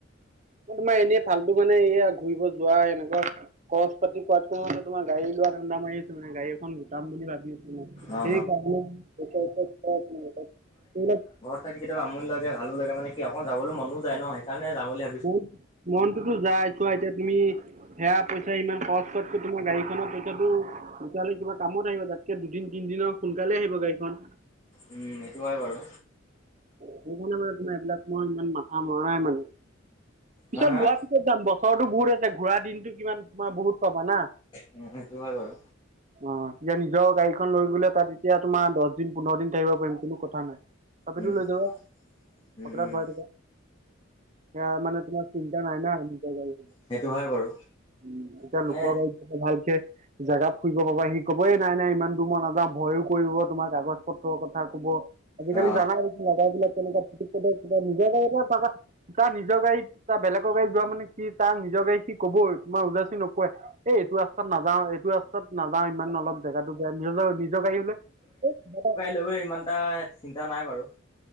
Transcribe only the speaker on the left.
অ
তাকে কেতিয়াবা আমনি লাগে, ভালো লাগে। মানে কি আও অকণ যাবলে মনো যায় ন। সেইকাৰণে যাবলে
উম এইটো হয় বাৰু।
হা হা
উম, সেইটো হয় বাৰু।
উম। <unintelligible>
উম
সেইটো হয় বাৰু
মানে
অ
লৌৰে ইমান টা চিন্তা নাই বাৰু।